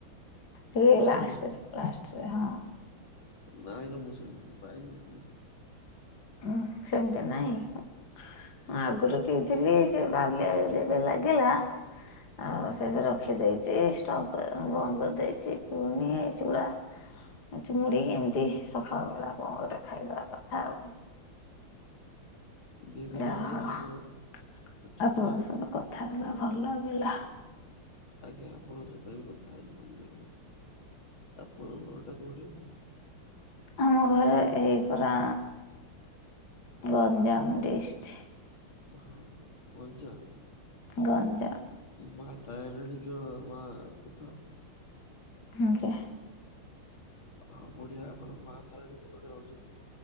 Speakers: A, on the left (about 50°); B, on the left (about 70°).
A: ଟି
B: କସ୍ତୁରୀରେ
A: ଲାଷ୍ଟ କୁ ଲାଷ୍ଟରେ ହଁ।
B: ନାଇଁରେ ମୁଁ ସେମିତି କିଛି ପାଇନି।
A: ଉଁ, ସେମିତି ନାହିଁ। ମୁଁ ଆଗରୁ ପିଉଥିଲି ସେ ବାଲି ବାଲି ଯୋଉ ଲାଗିଲା ଆଉ ସେବେ ରଖିଦେଇଚି ଷ୍ଟୋକ ଅ, ବନ୍ଦ କରିଦେଇଛି ପୁଣି ଏ ଚୁଡା ନାଇଁ ତ ମୁଡି ଏମିତି ସଖାଳ ବେଳା କଣ ଗୋଟେ ଖାଇଦବା କଥା ଆଉ।
B: ବିଭିନ୍ନ
A: ଜାହୋ
B: ପ୍ରକାର
A: ଆପଣଙ୍କ
B: ଛତୁଆ ଛତୁଆ
A: ସ କଥା ହେଲା ଭଲ ଲାଗିଲା।
B: ଆଜ୍ଞା ଆପଣଙ୍କ ସତ ବି କଥା ହେଇ ଭଲ ଲାଗିଲା ଆପଣ ଘର ଟା କୋଉଠି?
A: ଆମ ଘର ଏହି ପରା ଗଞ୍ଜାମ ଡିଷ୍ଟି।
B: ହଁ ମଞ୍ଚ
A: ଗଞ୍ଜାମ।
B: ମା ତାରଣୀଙ୍କ ମା ପିଠ
A: ଆଜ୍ଞା।
B: ହଁ ବଢିଆ ଆପଣ ମା ତାରାଣୀଙ୍କ ପାଖରେ ରହୁଛନ୍ତି